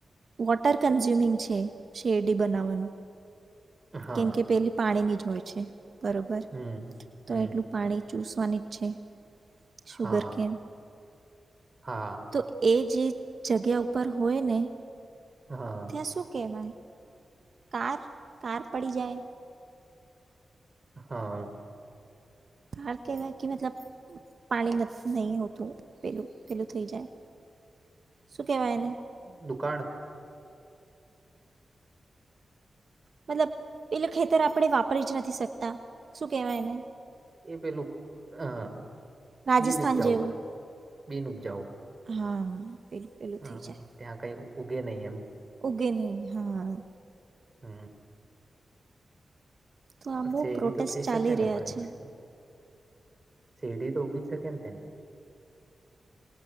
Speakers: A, on the right; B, on the right.
A: વોટર કન્ઝ્યુમિંગ છે, શેરડી બનાવવાનું.
B: હા
A: કેમ કે પેલી પાણીની હોય છે. બરોબર,
B: હમ
A: તો
B: હમ
A: એટલું પાણી ચૂસવાની જ છે.
B: હા
A: શુગર કેમ
B: હા
A: તો એ જે જગ્યા ઉપર હોય ને
B: હા
A: ત્યાં શું કેવાય? કાર કાર પડી જાય.
B: હા.
A: હાર કેવાય કે મતલબ પાણી નથ નઈ હોતું પેલું પેલું થઈ જાય. શું કહેવાય એને
B: દુકાળ
A: મતલબ એટલે ખેતર આપણે વાપરી જ નથી શકતા શું કેવાય એને?
B: એ પેલું હ અ
A: રાજસ્થાન
B: બિનઉપજાઉ
A: જેવું.
B: બિન ઉપજાઉ
A: હા પેલું પેલું
B: હાં,
A: થઈ
B: હાં
A: જાય
B: ત્યાં કઈ ઉગે નઈ એમ.
A: તે નઈ હા.
B: હમ્મ.
A: તો આમ
B: પણ
A: બહુ
B: શેરડી
A: પ્રોટેસ્ટ
B: તો થઈ
A: ચાલી
B: શકે ને
A: રહ્યા
B: પણ એ
A: છે
B: વસ્તુ શેરડી તો ઉગી જ શકે ન ત્યાં